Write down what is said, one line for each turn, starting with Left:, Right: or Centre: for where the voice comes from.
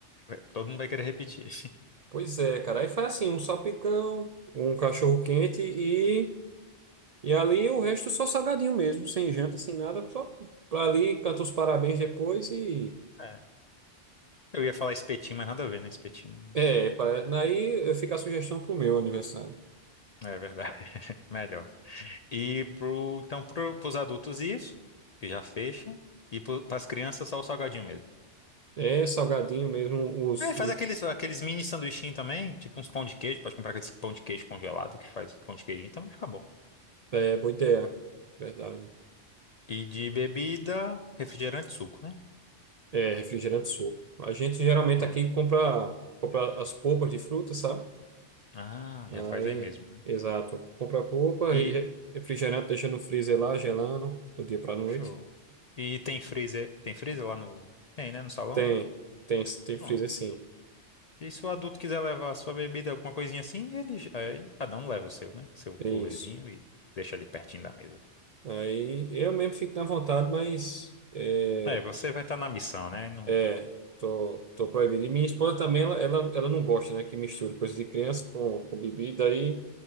Left: re- todo mundo vai querer repetir. <laughs>
Right: Pois é, cara. Aí faz assim, um salpicão, um cachorro quente e, e ali o resto só salgadinho mesmo, sem janta, sem nada, só pra ali, canta os parabéns depois e...
Left: É. Eu ia falar espetinho, mas nada a ver, né? Espetinho.
Right: É, pra- daí fica a sugestão pro meu aniversário.
Left: É verdade. <laughs> Melhor. E pro, então, pro, pros adultos isso, que já fecha. E para as crianças só o salgadinho mesmo.
Right: É salgadinho mesmo, os,
Left: É,
Right: os
Left: faz aqueles, aqueles mini sanduichinhos também, tipo uns pão de queijo, pode comprar aqueles pão de queijo congelado que faz pão de queijinho, também fica bom.
Right: é, boiteia, verdade.
Left: E de bebida, refrigerante, e suco, né?
Right: É, refrigerante suco. A gente geralmente
Left: Pronto.
Right: aqui compra, compra as polpas de fruta, sabe?
Left: Ah, já faz
Right: Aí,
Left: aí mesmo, né?
Right: exato. Compra a polpa,
Left: E,
Right: re- re- refrigerante deixa no freezer lá, gelando, do dia pra noite.
Left: show. E tem freezer, tem freezer lá no, tem, né, no salão?
Right: Tem, tem, tem
Left: Pronto.
Right: freezer sim.
Left: E se o adulto quiser levar a sua bebida, alguma coisinha assim, ele, j- aí cada um leva o seu, né? Seu culezinho
Right: É isso.
Left: e deixa ali pertinho da mesa.
Right: Aí eu mesmo fico na vontade, mas é,
Left: Aí você vai estar na missão, né? Não
Right: é tô, tô proibido. E minha esposa também, ela, ela, ela não gosta, né, que misture coisa de criança com, com bebida. Aí